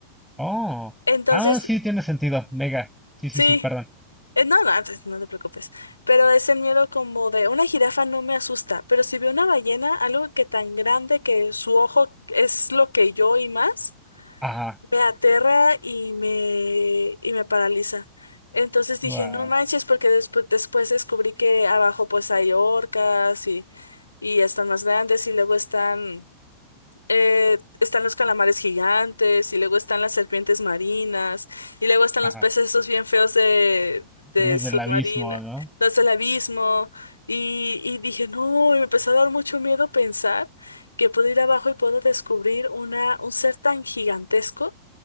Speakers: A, in the centre; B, on the left.
A: Oh,
B: Entonces,
A: ah, sí, tiene sentido. Mega. Sí,
B: sí.
A: sí, sí, perdón.
B: Eh, No, no, antes no te preocupes. Pero es el miedo como de una jirafa no me asusta, pero si veo una ballena, algo que tan grande que su ojo es lo que yo y más,
A: Ajá,
B: me aterra y me, y me paraliza. Entonces dije,
A: guau,
B: no manches, porque despu- después descubrí que abajo pues hay orcas y, y están más grandes y luego están eh, están los calamares gigantes y luego están las serpientes marinas y luego están
A: ajá.
B: los peces esos bien feos de, de
A: Los
B: submarina,
A: del abismo, ¿no?
B: los del abismo y, y dije, no, y me empezó a dar mucho miedo pensar que puedo ir abajo y puedo descubrir una, un ser tan gigantesco